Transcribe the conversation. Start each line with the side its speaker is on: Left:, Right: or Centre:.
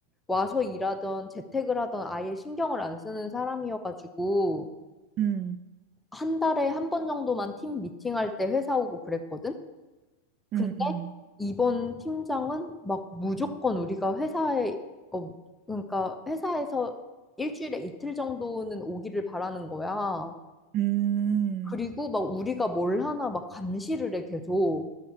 Centre: 와서 일하던 재택을 하던 아예 신경을 안 쓰는 사람이어가지고
Right: 음,
Centre: 한 달에 한 번 정도만 팀 미팅할 때 회사 오고 그랬거든? 근데
Right: 음, 음.
Centre: 이번 팀장은 막 무조건 우리가 회사에 어 그러니까 회사에서 일주일에 이틀 정도는 오기를 바라는 거야.
Right: 음.
Centre: 그리고 막 우리가 뭘 하나 막 감시를 해 계속.